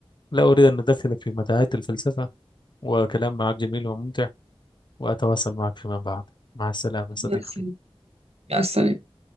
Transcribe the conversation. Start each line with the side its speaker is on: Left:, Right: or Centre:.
Left: لا أريد أن أدخل في متاهات الفلسفة وكلام معك جميل وممتع وأتواصل معك فيما بعد مع السلامة صديقتي
Right: مع السلامة مع السلامة